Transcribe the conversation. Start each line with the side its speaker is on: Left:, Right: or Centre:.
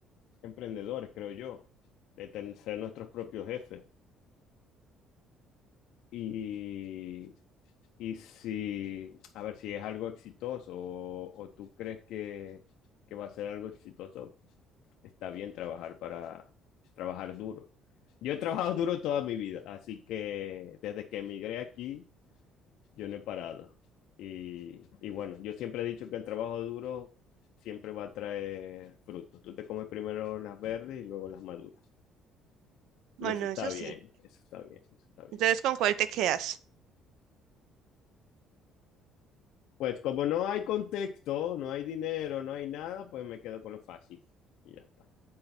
Left: emprendedores, creo yo, de ten- ser nuestros propios jefes. Y, y si, a ver, si es algo exitoso o, o tú crees que, que va a ser algo exitoso, está bien trabajar para trabajar duro. Yo he trabajado duro toda mi vida, así que desde que emigré aquí, yo no he parado. Y, y bueno, yo siempre he dicho que el trabajo duro siempre va a traer frutos. Tú te comes primero las verdes y luego las maduras. Y
Right: Bueno,
Left: eso está
Right: eso
Left: bien,
Right: sí.
Left: eso está bien, eso está bien.
Right: Entonces, ¿con cuál te quedas?
Left: Pues como no hay contexto, no hay dinero, no hay nada, pues me quedo con lo fácil. Y ya está.